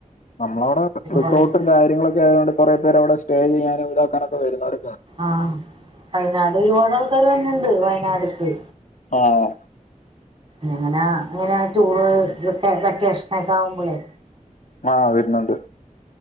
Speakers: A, on the left; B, on the right.
A: നമ്മളാവടെ റിസോർട്ടും
B: പറയും
A: കാര്യങ്ങളൊക്കെ ആയോണ്ട് കുറെ പേരവിടെ സ് സ്റ്റേ ചെയ്യാനും ഇതാക്കാനൊക്കെ വരുന്നോര്
B: ആ വായനടൊരുപാടാൾ ക്കാര് വര്ന്ണ്ട് വയനാട്ക്ക്
A: ആ ആ
B: ങ്ങനെ അങ്ങനെ ആ ടൂർ വെക്കേ വെക്കാഷനൊക്കെ ആവുമ്പളെ
A: ആ വരുന്നൊണ്ട്